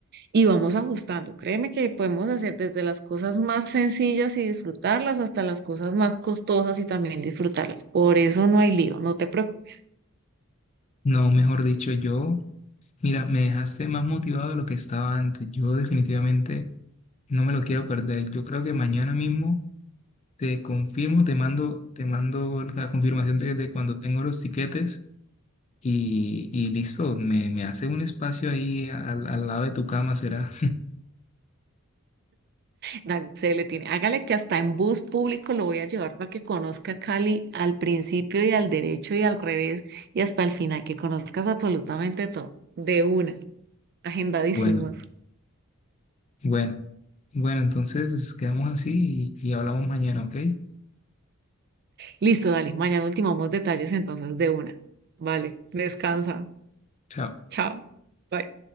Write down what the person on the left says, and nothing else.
No, mejor dicho, yo, mira, me dejaste más motivado de lo que estaba antes. Yo definitivamente no me lo quiero perder. Yo creo que mañana mismo te confirmo, te mando, te mando la confirmación de, de cuando tengo los tiquetes y, y listo, me, me hace un espacio ahí al, al lado de tu cama, será
bueno, bueno, bueno, entonces quedamos así y, y hablamos mañana, ¿ok?
Bueno, chao.